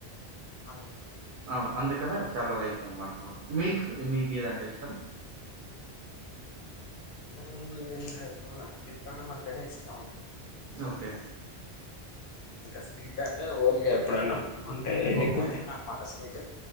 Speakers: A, on the left; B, on the right.
A: అ
B: అవును అందుకనే చాలా లైక్ అనమాట మాకు మీకు మీకేదంటే ఇష్టం
A: ఉమ్ ఏంలేద్ బ్రో నాకు చిత్రాణమంటేనే ఇష్టం
B: ఓకే
A: ఇంకా స్వీట్ అంటే ఓలిగా ఎప్పుడన్నా ఉంటే
B: ఓకే
A: ఎక్కువ తిన్ననమాట స్వీట్